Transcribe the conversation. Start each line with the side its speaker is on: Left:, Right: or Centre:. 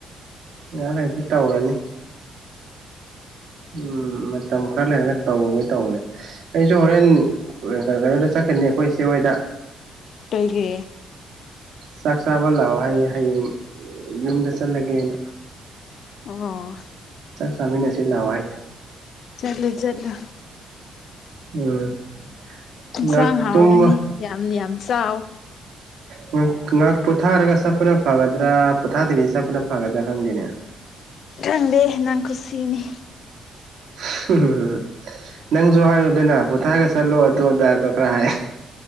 Right: ꯉꯍꯥꯛ ꯂꯩꯔꯗꯤ ꯇꯧꯔꯅꯤ ꯎꯝ ꯃ ꯃꯇꯝ ꯈꯔ ꯂꯩꯔꯒ ꯇꯧꯕꯒꯦ ꯇꯧꯕꯅꯦ ꯑꯩꯁꯨ ꯍꯣꯔꯦꯟ ꯀꯩꯅꯣꯗ ꯆꯠꯀꯅꯤ ꯑꯩꯈꯣꯏ ꯏꯆꯦ ꯍꯣꯏꯗ
Left: ꯀꯩꯒꯤ
Right: ꯆꯥꯛ ꯆꯥꯕ ꯂꯥꯛꯑꯣ ꯍꯥꯏꯌꯦ ꯍꯌꯦꯡ ꯌꯨꯝꯗ ꯆꯠꯂꯒꯦꯅ
Left: ꯑꯣ
Right: ꯆꯥꯛ ꯆꯥꯃꯤꯟꯅꯁꯤ ꯂꯥꯛꯑꯣ ꯍꯥꯏꯌꯦ
Left: ꯆꯠꯂꯨ ꯆꯠꯂꯨ
Right: ꯎꯝ
Left: ꯏꯟꯁꯥꯡ
Right: ꯉꯥꯏꯍꯥꯛ
Left: ꯍꯥꯎꯔꯅꯤ
Right: ꯇꯨꯝꯃ
Left: ꯌꯥꯝꯅꯤ ꯌꯥꯝ ꯆꯥꯎ
Right: ꯉ ꯉꯍꯥꯛ ꯄꯣꯊꯥꯔꯒ ꯆꯠꯄꯅ ꯐꯒꯗ꯭ꯔꯥ ꯄꯣꯊꯥꯗꯕꯤꯁꯤ ꯆꯠꯄꯅ ꯐꯒꯗ꯭ꯔꯥ ꯈꯪꯗꯦꯅꯦ
Left: ꯈꯪꯗꯦ ꯅꯪ ꯈꯨꯨꯁꯤꯅꯤ
Right: <unintelligible> ꯅꯪꯁꯨ ꯍꯥꯏꯌꯨꯗꯅ ꯄꯣꯊꯥꯔꯒ ꯆꯠꯂꯣ ꯑꯗꯨ ꯑꯗꯥꯗꯣ ꯔ ꯍꯥꯏ